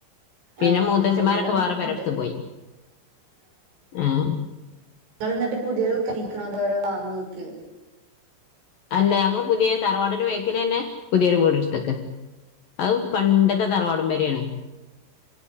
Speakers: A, on the left; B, on the right.
A: പിന്നെ
B: ആഹ്
A: മൂത്തച്ഛന്മാരൊക്കെ
B: ഇവിടെ ഉമ്മ
A: വേറെ പെരടുത്ത്
B: ഉണ്ട്
A: പോയി. ഏഹ്
B: നിങ്ങൾ എന്നിട്ട് പുതിയ കഴിക്കണോ അതോരോ വാങ്ങിക്ക്.
A: അല്ല ഞങ്ങള് പുതിയ തറവാടന് വേക്കില് തന്നെ പുതിയൊരു വീടെടുത്തൊക്കെ അത് പണ്ടത്തെ തറവാടും പെരയാണ്.